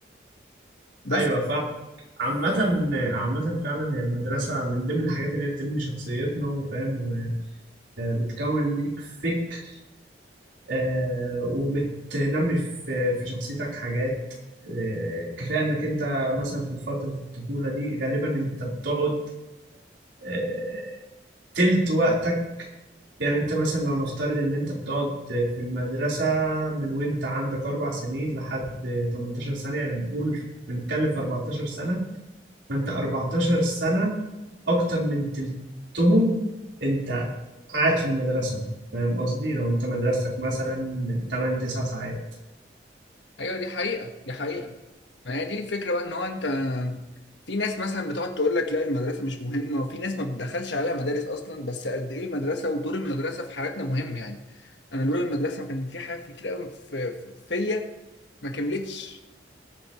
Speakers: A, on the left (about 80°); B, on the right (about 80°).
A: بس
B: ايوه فاهم عامة عامة فعلا هي المدرسة من ضمن الحاجات اللي هي بتبني شخصيتنا وفاهم وبتكون ليك فكر آه، وبتنمي في في شخصيتك حاجات آه، كفاية انك انت مثلا في فترة الطفولة دي غالبا انت بتقعد آه، تلت وقتك يعني انت مثلا لو نفترض ان انت بتقعد في المدرسة من وانت عندك اربع سنين لحد 18 سنة يعني بنقول بنتكلم في 14 سنة فانت 14 سنة اكتر من تلتهم انت قاعد في المدرسة فاهم قصدي لو انت مدرستك مثلا من 8 9 ساعات
A: ايوه دي حقيقة دي حقيقة ما هي دي الفكرة بقى ان هو انت في ناس مثلا بتقعد تقول لك لا المدرسة مش مهمة وفي ناس ما بتدخلش عليها مدارس اصلا بس قد ايه المدرسة ودور المدرسة في حياتنا مهم يعني انا دور المدرسة كان في حاجات كتير قوي في في- فيا ما كملتش